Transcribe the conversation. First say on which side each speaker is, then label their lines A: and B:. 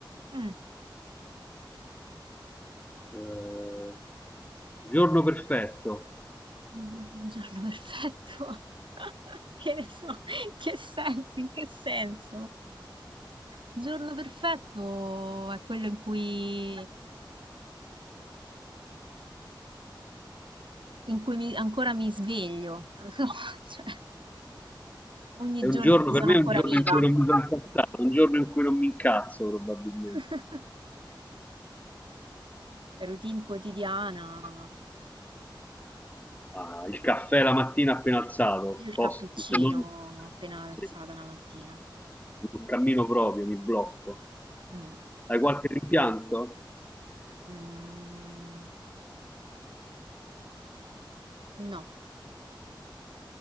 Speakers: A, on the right (about 75°); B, on the left (about 20°).
A: Mm,
B: Eh, giorno perfetto.
A: Un giorno perfetto. <laughs> Che ne so, in che senso, in che senso? Giorno perfetto è quello in cui, in cui mi- ancora mi sveglio, non lo so, <laughs> cioè, ogni
B: È un
A: giorno
B: giorno,
A: in cui
B: per
A: sono
B: me
A: ancora
B: è un giorno
A: viva.
B: in cui non mi sono incazzato, un giorno in cui non mi incazzo probabilmente.
A: <laughs> Routine quotidiana,
B: Ah, il caffè la mattina appena alzato,
A: Io Il
B: post-
A: cappuccino
B: se non-
A: appena alzata
B: sì,
A: la mattina.
B: non cammino proprio, mi blocco.
A: Mm.
B: Hai qualche rimpianto?
A: Mm. No.